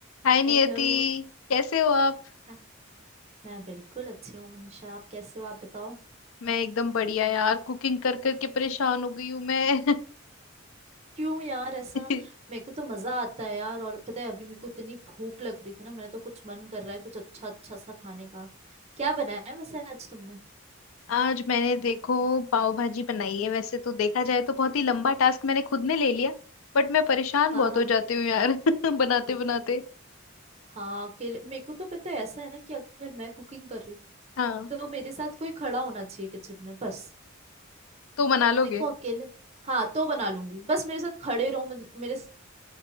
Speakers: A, on the left; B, on the right.
A: हाय नियति
B: Hello
A: कैसे हो आप
B: हाँ, मैं बिल्कुल अच्छी हूँ मनीषा आप कैसे हो आप बताओ
A: मैं एकदम बढ़िया यार कुकिंग कर करके परेशान हो गई हूँ मैं
B: क्यों यार ऐसा
A: <laughs>
B: मेरे को तो मजा आता है यार और पता है अभी मेरे को इतनी भूख लग रही थी ना मेरा तो कुछ मन कर रहा है कुछ अच्छा अच्छा सा खाने का क्या बनाया है वैसे आज तुमने
A: आज मैंने देखो पाव भाजी बनाई है वैसे तो देखा जाए तो बहुत ही लंबा टास्क मैंने खुद ने ले लिया बट मैं परेशान
B: हाँ
A: बहुत
B: हाँ
A: हो जाती हूँ यार <laughs> बनाते बनाते
B: हाँ अकेले मेरे को तो पता है ऐसा है ना कि अगर मैं कुकिंग कर रही
A: हाँ
B: हूँ तो मेरे साथ कोई खड़ा होना चाहिए किचन में बस
A: तो बना लोगे
B: मेरे को अकेले हाँ तो बना लूंगी बस मेरे साथ खड़े रहो मुझे- मेरे